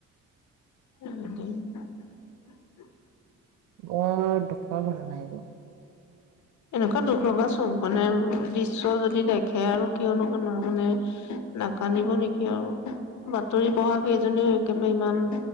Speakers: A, on the left; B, on the right.
A: <unintelligible>
B: বৰ দুখৰ ঘটনা এইবোৰ।
A: এনেকুৱা দুখ লগা ছব-মানে দৃশ্য যদি দেখে আৰু কিয়নো কোনো মানে নাকান্দিব নেকি আৰু, বাতৰি পঢ়া কেইজনেও একেবাৰে ইমান,